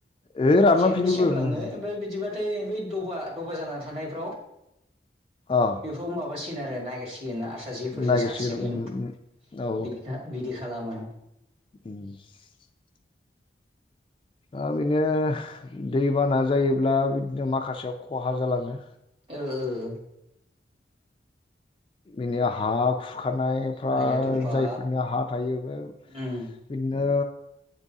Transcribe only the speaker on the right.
सेम सेमलाङो
ओमफ्राय बिदिबा नाथाय बै दबा दबा जानानै थानायफ्राव
बेफोराव माबासिन आरो नागिरसि गोन आरसा जेफोरजों
सारसिगोन
बिदि बिदि खालामो।
ओ ओ
हायाथ' बा
उम